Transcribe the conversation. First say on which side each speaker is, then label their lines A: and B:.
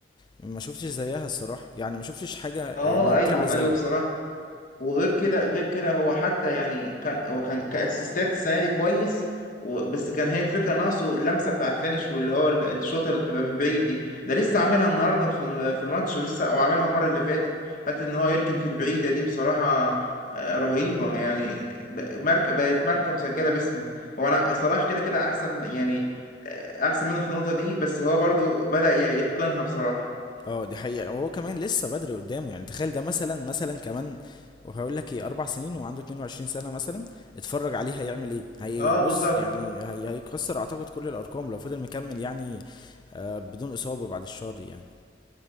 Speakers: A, on the left; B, on the left.
A: ما شفتش زيها الصراحة يعني ما شفتش حاجة آه،
B: اه
A: ممتعة
B: ايوه
A: زيه
B: ايوه بصراحة وغير كده غير كده هو حتى يعني كان هو كان كاسيستات السنه دي كويس و- بس كان هي الفكره ناقصه اللمسه بتاع الفينش واللي هو ال- الشوطه اللي بتبقى من بعيد دي ده لسه عاملها النهارده في ال- في الماتش ولسه او عاملها المره اللي فاتت حتى ان هو يركن في البعيده دي بصراحه آه، رهيبه يعني ب- ماركه بقت ماركه مسجله باسمه هو انا صلاح كده كده احسن يعني آه، احسن منه في النقطه دي بس هو برضو بدأ يتقنها بصراحه
A: اه دي حقيقة هو كمان لسه بدري قدامه يعني تخيل ده مثلا مثلا كمان وهقول لك ايه اربع سنين وعنده 22 سنة مثلا اتفرج عليه هيعمل ايه هيبص
B: اه بالظبط
A: يعني هي هيكسر اعتقد كل الارقام لو فضل مكمل يعني آه بدون اصابة بعد الشر يعني